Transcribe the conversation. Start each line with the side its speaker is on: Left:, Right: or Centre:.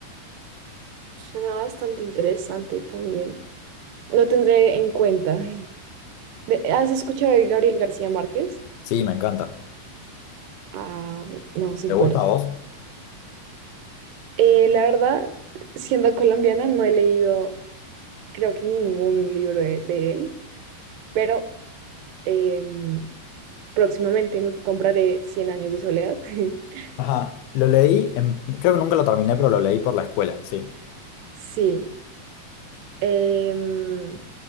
Right: Suena bastante interesante también. Lo tendré en cuenta. De- ¿has escuchado de Gabriel García Márquez?
Left: Sí, me encanta.
Right: Ah, bu- no, súper.
Left: ¿Te gusta a vos?
Right: Eh, la verdad, siendo colombiana, no he leído, creo que ningún libro de, de él, pero em, próximamente me compraré Cien años de soledad. <laughs>
Left: Ajá, lo leí, en- creo que nunca lo terminé, pero lo leí por la escuela, sí.
Right: Sí. Em,